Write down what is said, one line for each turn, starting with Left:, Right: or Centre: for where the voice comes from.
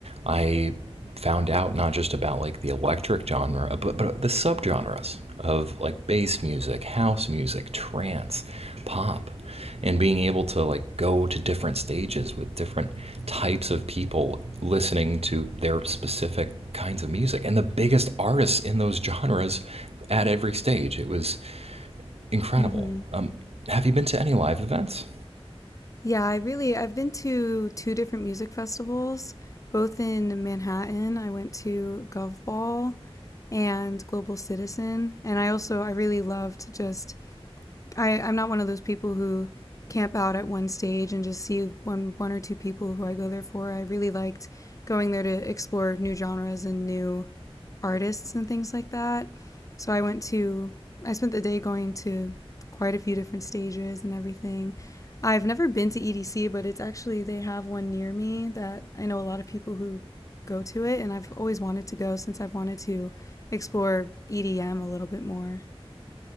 Right: I found out not just about like the electric genre, uh, but, but the subgenres of like bass music, house music, trance, pop, and being able to like go to different stages with different types of people listening to their specific kinds of music and the biggest artists in those genres at every stage. It was incredible.
Left: Mm-hmm.
Right: Um, have you been to any live events?
Left: Yeah, I really I've been to two different music festivals, both in Manhattan. I went to Gov Ball and Global Citizen, and I also I really loved just I, I'm not one of those people who camp out at one stage and just see one one or two people who I go there for. I really liked going there to explore new genres and new artists and things like that. So I went to I spent the day going to quite a few different stages and everything. I've never been to EDC, but it's actually they have one near me that I know a lot of people who go to it and I've always wanted to go since I've wanted to explore EDM a little bit more.